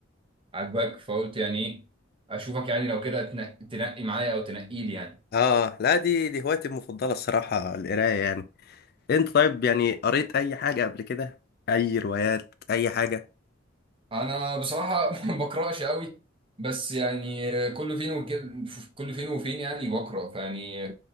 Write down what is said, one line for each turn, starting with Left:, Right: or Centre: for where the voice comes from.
Right: عاجباك فقلت يعني ايه اشوفك يعني لو كده تنق- تنقي معايا او تنقي لي يعني
Left: اه لا دي دي هوايتي المفضلة الصراحة القراية يعني انت طيب يعني قريت اي حاجة قبل كده؟ اي روايات اي حاجة؟
Right: انا بصراحه <laughs> ما بقراش قوي بس يعني كل فين وكده كل فين وفين يعني بقرا فيعني